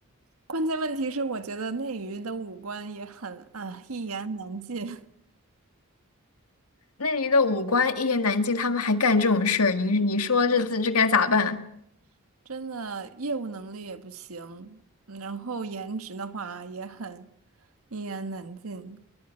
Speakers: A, on the right; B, on the left.
A: 关键问题是，我觉得内娱的五官也很啊，一言难尽，
B: 那里的五官一言难尽，他们还干这种事儿，你你说这这这该咋办？
A: <laughs> 真的业务能力也不行，嗯然后颜值的话也很一言难尽，